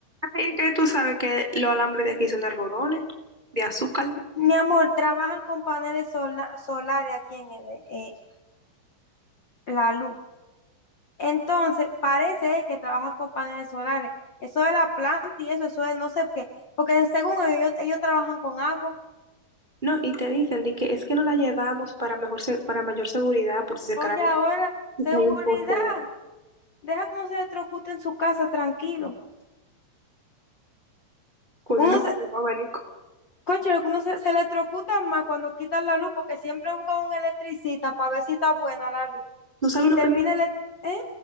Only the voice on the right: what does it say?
Ay, que tú sabes que los alambres de aquí son de algodones, de azúcar.
No, y te dicen de que es que no la llevamos para mejor se- para mayor seguridad por si se
cae,
si
hay un poste de-
con
luz
y un abanico.
¿Tú sabes
lo
que yo?